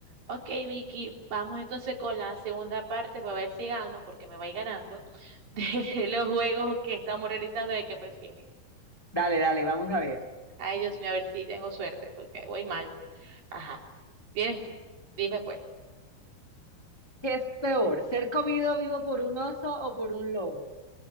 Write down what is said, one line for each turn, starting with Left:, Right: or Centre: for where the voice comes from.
Right: Ok, Vicky, vamos entonces con la segunda parte para ver si gano, porque me voy ganando, de <laughs> los juegos que estamos realizando de qué prefieres.
Left: Dale, dale, vamos a ver.
Right: Ay, Dios mío, a ver si tengo suerte, porque voy mal. Ajá, vienes tú, dime pues.
Left: ¿Qué es peor, ser comido vivo por un oso o por un lobo?